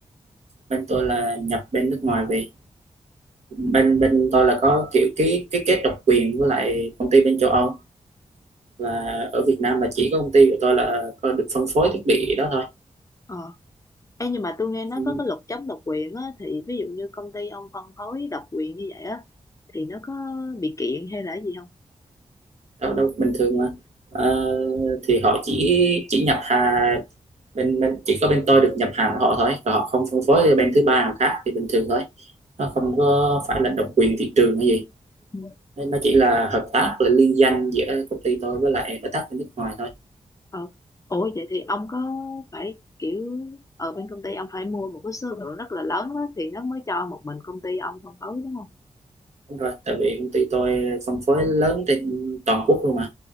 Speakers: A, on the right; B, on the left.
A: bên tôi là nhập bên nước ngoài về bên bên tôi là có kiểu cái cái kết độc quyền với lại công ty bên châu Âu và ở Việt Nam là chỉ có công ty của tôi là có được phân phối thiết bị đó thôi
B: ờ Ê, nhưng mà tôi nghe nói
A: Ừ,
B: có cái luật chống độc quyền á thì ví dụ như công ty ông phân phối độc quyền như vậy á thì nó có bị kiện hay là cái gì không
A: đâu đâu bình thường mà Ờ, thì họ chỉ chỉ nhập hàng bên bên chỉ có bên tôi được nhập hàng của họ thôi còn họ không phân phối cho bên thứ ba nào khác thì bình thường thôi nó không có phải là độc quyền thị trường hay gì
B: Ừ.
A: nên nó chỉ là hợp tác là liên danh giữa công ty tôi với lại đối tác bên nước ngoài thôi
B: ờ ủa vậy thì ông có phải kiểu ở bên công ty ông phải mua một cái số lượng rất là lớn á thì nó mới cho một mình công ty ông phân phối đúng không
A: Đúng rồi, tại vì công ty tôi phân phối lớn trên toàn quốc luôn mà.